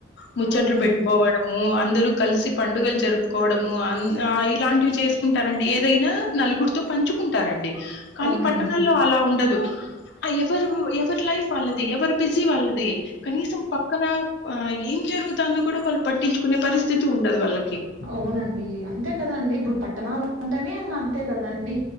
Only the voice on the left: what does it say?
ముచ్చట్లు
పెట్టుకోవడము అ ఇద్దరు కలిసి పండుగలు జరుపుకోవడము ఆ ఇలాంటివి చేసుకుంటారంటడి ఏదైనా నలుగురితో పం పంచుకుంటారండి కానీ
పట్టణాల్లో అలా ఉండదు ఎవరు ఎవరి లైఫ్ వాళ్ళది ఎవరు బిజి వాళ్ళది కనీసం పక్కన ఏం జరుగుతుందో కూడా వాళ్ళు పట్టించుకునే పరిస్థితి స్థితి ఉండదు వాళ్ళ